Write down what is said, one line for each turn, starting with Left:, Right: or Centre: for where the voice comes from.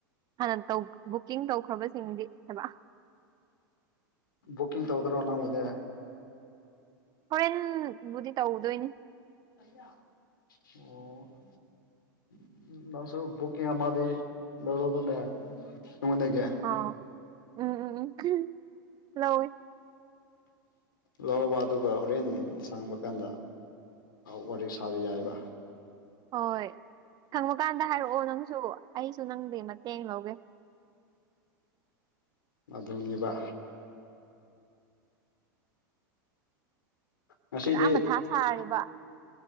Right: ꯍꯥꯟꯅ ꯕꯨꯛꯀꯤꯡ ꯇꯧꯈ꯭ꯔꯕꯁꯤꯡꯗꯤ ꯍꯥꯏꯕ꯫
Left: ꯕꯨꯛꯀꯤꯡ ꯇꯧꯗ꯭ꯔꯣ ꯅꯪꯕꯨꯗꯤ꯫
Right: ꯍꯣꯔꯦꯟꯕꯨꯗꯤ ꯇꯧꯗꯣꯏꯅꯤ
Left: ꯑꯣ ꯅꯪꯁꯨ ꯕꯨꯀꯤꯡ ꯑꯃꯗꯤ ꯂꯧꯔꯣꯗꯅꯦ ꯇꯨꯡꯉꯟꯅꯒꯦ
Right: ꯑꯥꯎ ꯎꯝ ꯎꯝ ꯎꯝ ꯂꯧꯎꯦ
Left: ꯂꯕ ꯑꯗꯨꯒ ꯍꯣꯔꯦꯟ ꯁꯥꯡꯕ ꯀꯥꯟꯗ ꯋꯥꯔꯤ ꯁꯥꯕ ꯌꯥꯏꯑꯕ
Right: ꯍꯣꯏ ꯈꯪꯕ ꯀꯥꯟꯗ ꯍꯥꯏꯔꯛꯑꯣ ꯅꯪꯁꯨ ꯑꯩꯁꯨ ꯅꯪꯗꯤ ꯃꯇꯦꯡ ꯂꯧꯒꯦ
Left: ꯃꯗꯨꯅꯤꯕ ꯉꯁꯤꯗꯤ
Right: ꯈꯔ ꯃꯊꯥ ꯁꯥꯔꯦꯕ꯫